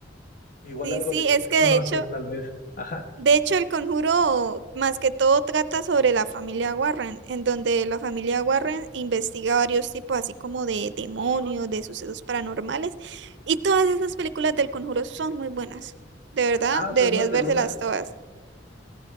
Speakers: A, on the left; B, on the right.
A: igual
B: Sí,
A: algo
B: sí,
A: de
B: es
A: acción,
B: que de
A: no
B: hecho
A: sé, tal vez, ajá,
B: De hecho, el conjuro más que todo trata sobre la familia Warren, en donde la familia Warren investiga varios tipos, así como de demonios, de sucesos paranormales, y todas esas películas del conjuro son muy buenas. De verdad,
A: ah, o
B: deberías
A: sea, es más de
B: vérselas
A: una,
B: todas.